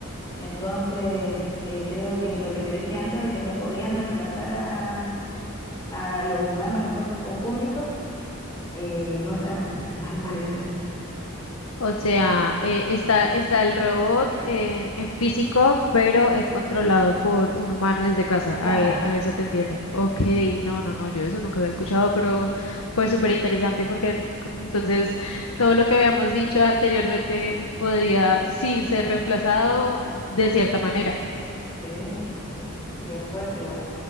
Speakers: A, on the left; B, on the left.
A: Entonces, eh, creo que lo que te dije antes de que no podían reemplazar a, a los humanos en cosas con público, eh, no están así, <laughs> al parecer.
B: O sea, eh, está, está el robot en, en físico, pero es controlado por un humano desde casa. A,
A: Claro,
B: e- a eso te entiendo. Ok, no, no, no, yo eso nunca había escuchado, pero pues súper interesante porque en- co- entonces todo lo que habíamos dicho anteriormente podría sí ser reemplazado de cierta manera.
A: sí, sí, sería fuerte igual.